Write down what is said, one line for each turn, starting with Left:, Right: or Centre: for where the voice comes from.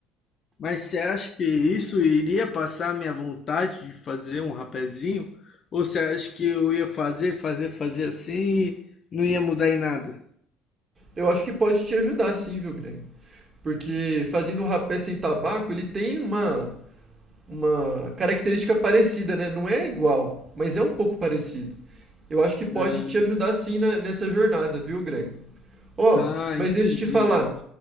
Left: Mas você acha que isso iria passar a minha vontade de fazer um rapezinho? Ou você acha que eu ia fazer, fazer, fazer assim e não ia mudar em nada?
Right: Eu acho que pode te ajudar sim, viu, Greg? Porque fazendo o rapé sem tabaco, ele tem uma, uma característica parecida, né? Não é igual, mas é um pouco parecido. Eu acho que pode
Left: Ah,
Right: te ajudar sim na- nessa jornada, viu, Greg? Ó,
Left: ah,
Right: mas
Left: entendi.
Right: deixa eu te falar.